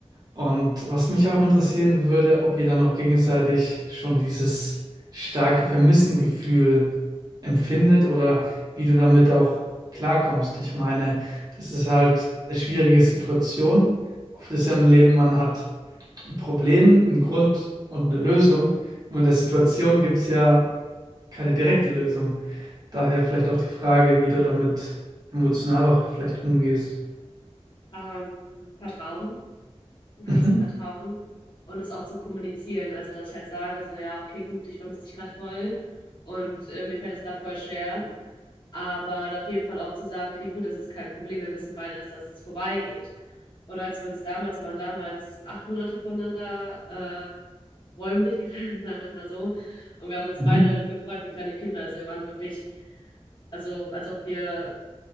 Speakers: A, on the right; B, on the left.
A: Und was mich auch interessieren würde, ob ihr dann auch gegenseitig schon dieses starke Vermissengefühl empfindet oder wie du damit auch klarkommst. Ich meine, das
B: Mhm.
A: ist halt eine schwierige Situation. Oft ist ja im Leben, man hat ein Problem, einen Grund und eine Lösung. Und in der Situation gibt es ja keine direkte Lösung. Daher vielleicht auch die Frage, wie du damit emotional auch vielleicht umgehst.
B: Ähm, Vertrauen. du kannst
A: Mhm.
B: dich vertrauen und das auch zu kommunizieren. Also, dass ich halt sage, so, ja, okay, gut, ich vermisse dich gerade voll und äh, mir fällt das gerade voll schwer. Aber da auf jeden Fall auch zu sagen, okay, gut, das ist kein Problem, wir wissen beide, dass das vorbeigeht. Und als wir uns damals, wir waren damals acht Monate voneinander äh, räumlich getrennt, <laughs> sagen wir es mal so. Und wir haben uns
A: Mhm.
B: beide gefreut wie kleine Kinder. Also wir waren wirklich, also als ob wir